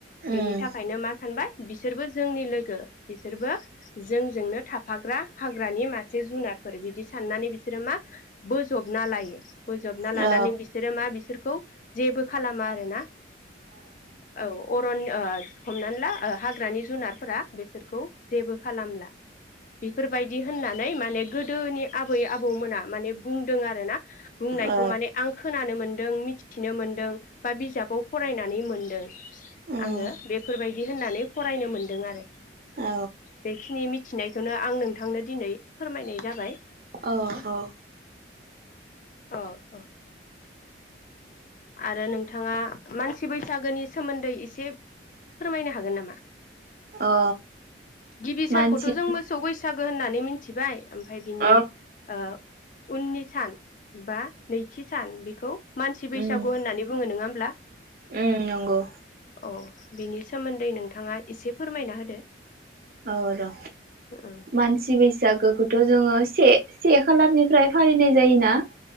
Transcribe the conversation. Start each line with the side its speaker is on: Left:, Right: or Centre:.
Right: उम
Left: बेनि थाखायनो मा सानबाय बिसोरबो जोंनि लोगो बिसोरबो जोंजोंनो थाफाग्रा हाग्रानि मासे जुनार फोर बिदि साननानै बिसोरो मा बोजबना लायो। बोजबना
Right: औ
Left: लानानै बिसोरो मा बिसोर खौ जेबो खालामा आरोना। औ अरन ओ हमनानै ला ओ हाग्रानि जुनारफोरा बेसोरखौ जेबो खालामला बेफोरबायदि होननानै माने गोदोनि आबै आबौमोना माने बुंदों आरो ना बुंनायखौ
Right: औ
Left: माने आं खोनानो मोनदों मिथिनो मोनदों बा बिजाबाव फरायनानै मोनदों
Right: उम
Left: आङो बेफोरबायदि होननानै फरायनो मोनदों आरो।
Right: औ
Left: बेखिनि मिथिनाय खौनोंनो आं नोंथांनो दिनै फोरमायनाय जाबाय।
Right: औ-औ
Left: औ-औ आरो नोंथाङा मानसि बैसागोनि सोमोन्दै एसे फोरमायनो हागोन नामा
Right: अ
Left: गिबि
Right: मानसि
Left: सानखौथ' जों मोसौ बैसा बैसागो होननानै मिनथिबाय। ओमफाय बिनि
Right: औ
Left: ओ उननि सान बा नैथि सान बेखौ मा बैसागु
Right: उम
Left: होन्नानै बुंओ नोङाम ब्ला।
Right: उम नंगौ
Left: अ बिनि सोमोन्दै नोंथाङा एसे फोरमायना होदो
Right: औ र'
Left: औ
Right: मानसि बैसागोखौ थु जोङो से से खालारनिफ्राय फालिनाय जायोना